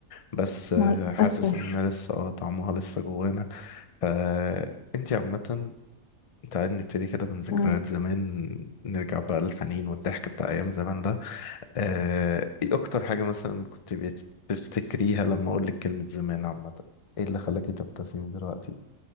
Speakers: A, on the left; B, on the left.
A: بس آه،
B: مع
A: حاسس
B: الأسف
A: ان لسه اه طعمها لسه جوانا فانتي عامة تعالي نبتدي كده من ذكريات
B: مم.
A: زمان نرجع بقى للحنين والضحك بتاع أيام زمان ده آه، ايه أكتر حاجة مثلا كنت بتفتكريها لما أقول لك كلمة زمان عامة ايه اللي خلاكي تبتسمي دلوقتي